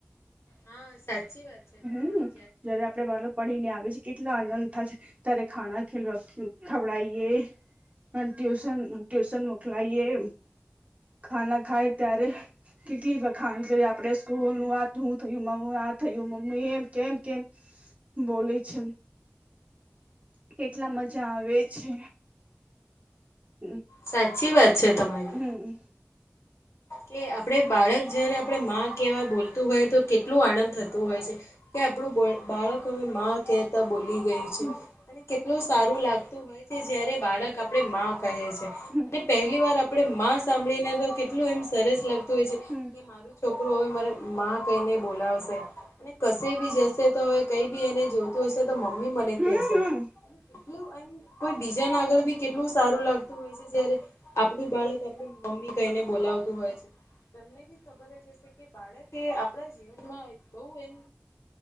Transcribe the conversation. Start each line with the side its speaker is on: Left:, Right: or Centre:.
Left: હા સાચી વાત છે તમારી
Right: હમ્મ જયારે આપડે બાળક પઢી ને આવી છે કેટલા આનંદ થાય છે ત્યારે ખાણા ખીલવા ખવડાયએ ટ્યુશન ટ્યુશન મોકલાયએ ખાના ખાય ત્યારે કેટલી વખાણ કરી આપડે સ્કૂલનું આ હું થયું મમ આ થયું હું એમ કેમ કેમ બોલી છ કેટલા મજા આવે છે હમ્મ
Left: સાચી વાત છે તમારી
Right: હમ્મ
Left: કે આપડ બાળક જયારે આપણે માં કેવા બોલતું હોય તો કેટલું આનંદ થતું હોય છે કે આપણું બાળક હવે માં કે બોલી ગય છે
Right: હમ
Left: અને કેટલું સારું લાગતું હોય છે જયારે બાળક આપે માં ક છે
Right: હમ
Left: અને પહેલી વાર આપે સાંભળીને તો કેટલું એમ સરસ લાગતું હોય છે
Right: હમ્મ
Left: કે મારું છોકરું હવે મારે માં કહીને બોલાવશે અને કશે બી જશે તો હવે કઈ બી એને જોતું હશે તો મમ્મી મને
Right: હમ
Left: કશે એટલું એમ કોઈ બીજાને આગળ બી કેટલું સારું લાગતું હોય છે જયારે આપડું બાળક આપડું મમ્મી કહીને બોલાવતું હોય છે તમને બી ખબર કે બાળકે આપણા જીવનમાં બહ એમ